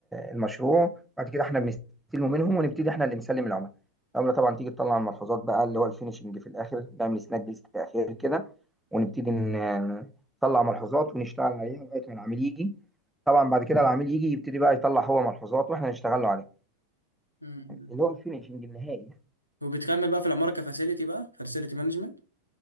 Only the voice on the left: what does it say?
مم.
وبتكمل بقى في العمارة كفاسيلتي بقى فاسيلتي مانجمنت